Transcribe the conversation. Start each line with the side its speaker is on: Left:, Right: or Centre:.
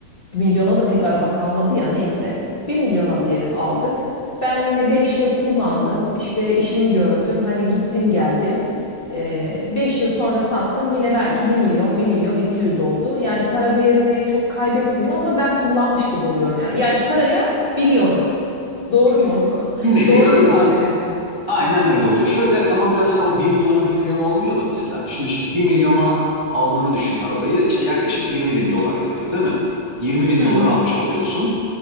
Left: 1 milyona da pek araba kalmadı ya neyse. bir milyona diyelim aldık. Ben yine 5 yıl kullandım. İşte işimi gördüm. Hani gittim geldim. Ee, beş yıl sonra sattım. Yine belki bir milyon, bir milyon 200 oldu. Yani para değerini çok kaybetmiyor ama ben kullanmış gibi oluyorum yani. Yani paraya biniyorum. Doğru
Right: Bir
Left: mu?
Right: nevi,
Left: <laughs>
Right: bir nevi
Left: Doğru
Right: öyle
Left: mu tabir
Right: oluyor.
Left: ediyorum?
Right: Aynen öyle oluyor. Şöyle ama biraz hani o bir milyona bir milyon olmuyor da mesela. Şimdi şu 1 milyona aldığını düşün arabayı. İşte yaklaşık 20 bin dolar yapıyor değil mi? 20 bin
Left: Hı
Right: dolar
Left: hı.
Right: almış oluyorsun.